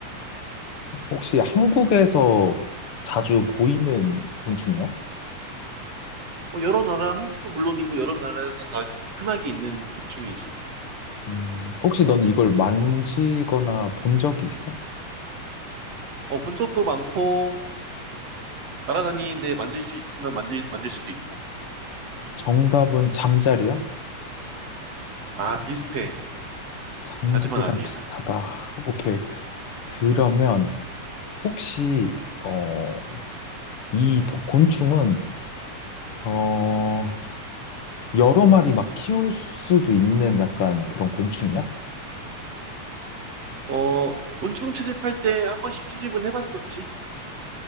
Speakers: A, on the left; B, on the right.
A: 혹시 한국에서 자주 보이는 곤충이야?
B: 어, 여러 나라, 한국도 물론이고 여러 나라에서 다 흔하게 있는 곤충이지.
A: 음, 혹시 넌 이걸 만지거나 본 적이 있어?
B: 어, 본 적도 많고, 날아다니는데 만질 수 있으면 만질, 만질 수도 있고.
A: 정답은 잠자리야?
B: 아, 비슷해.
A: 잠자리랑
B: 하지만 아니야.
A: 비슷하다. 오케이.
B: 음.
A: 그러면 혹시 어, 이 도- 곤충은 어, 여러 마리 막 키울 수도 있는 약간 그런 곤충이야?
B: 어, 곤충 채집할 때 한 번씩 채집은 해봤었지?